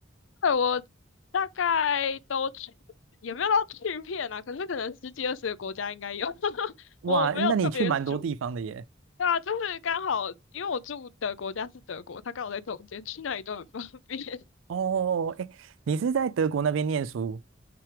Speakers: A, on the left (about 75°); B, on the right (about 80°).
A: 对，我大概都去，也没有到去遍啊，可是可能十几二十个国家应该有，<laughs>
B: 哇，
A: 我没有特别数，
B: 那你去蛮多地方的耶。
A: 对啊，就是刚好，因为我住的国家是德国，他刚好在中间，去哪里都很方便。<laughs>
B: 哦，哎，你是在德国那边念书